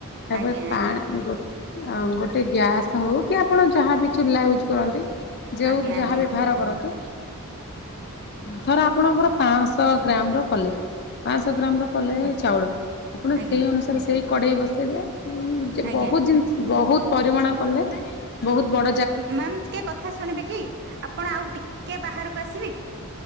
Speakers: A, on the left (about 45°); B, on the right (about 50°).
A: ତାପରେ
B: ଆଜ୍ଞା ଆଜ୍ଞା
A: ପା ଗୋ-ଗୋଟେ ଗ୍ୟାସ୍ ହଉ କି ଆପଣ ଯାହାବି ଚୁଲା ୟୁଜ୍ କରନ୍ତି ଯୋଉଁ
B: ଆଜ୍ଞା
A: ଯାହା
B: ଆଜ୍ଞା
A: ବ୍ୟବହାର କରନ୍ତୁ। ଥରେ ଆପଣଙ୍କର ପାଁଶହ ଗ୍ରାମ ର କଲେ ପାଁଶହ ଗ୍ରାମ ର କଲେ ଚାଉଳ ଆପଣ
B: ଆଜ୍ଞା ଆଜ୍ଞା
A: ସେଇ ଅନୁସାରେ ସେଇ କଡ଼େଇ ବସେଇବେ ଯେ
B: ଆଜ୍ଞା
A: ବହୁତ ଜିନିଷ ବହୁତ ପରିମାଣ କଲେ ବହୁତ ବଡ
B: ମ୍ୟାମ ଟିକେ କଥା ଶୁଣିବେ କି ଆପଣ ଆଉ ଟିକେ ବାହାରକୁ ଆସିବେ କି?